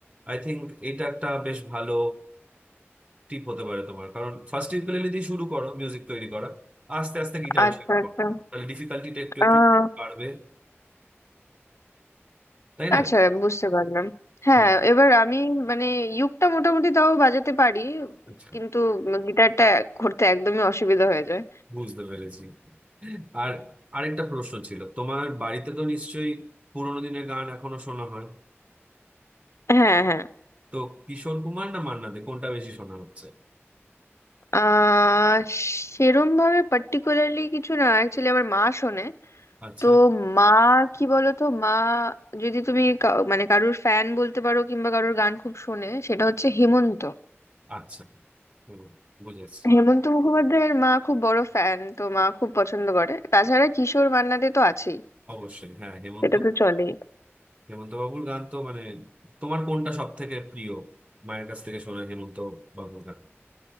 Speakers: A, on the right; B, on the left.
A: আই থিংক এটা একটা বেশ ভালো টিপ হতে পারে তোমার কারণ ফার্স্ট ইকুয়েলি দিয়ে শুরু করো মিউজিক তৈরি করা আস্তে আস্তে গিটারে
B: আচ্ছা
A: শিখো
B: আচ্ছা
A: তাহলে ডিফিকাল্টিটা একটু একটু
B: আহ
A: বাড়বে তাই না
B: আচ্ছা বুঝতে পারলাম হ্যাঁ
A: হ্যাঁ
B: এবার আমি মানে ইউকটা মোটামুটি তাও বাজাতে পারি
A: আচ্ছা
B: কিন্তু গিটারটা করতে একদমই অসুবিধা হয়ে যায়
A: বুঝতে পেরেছি আর আরেকটা প্রশ্ন ছিল তোমার বাড়িতে তো নিশ্চয়ই পুরোনো দিনের গান এখনো শোনা হয়
B: হ্যাঁ হ্যাঁ
A: তো কিশোর কুমার না মান্না দে কোনটা বেশি শোনা হচ্ছে
B: আহ সেরম ভাবে পার্টিকুলারলি কিছু না অ্যাকচুয়ালি আমার মা শোনে
A: আচ্ছা
B: তো মা কি বলতো মা যদি তুমি কা- মানে কারোর ফ্যান বলতে পারো কিংবা কারোর গান খুব শোনে সেটা হচ্ছে হেমন্ত
A: আচ্ছা হুম, বুঝেছি
B: হেমন্ত মুখোপাধ্যায়ের মা খুব বড় ফ্যান তো মা খুব পছন্দ করে তাছাড়া কিশোর মান্নাদে তো আছেই
A: অবশ্যই হ্যাঁ হেমন্ত
B: সেটা তো চলেই
A: হেমন্ত বাবুর গান তো মানে তোমার কোনটা সব থেকে প্রিয় মায়ের কাছ থেকে শোনা হেমন্ত বাবুর গান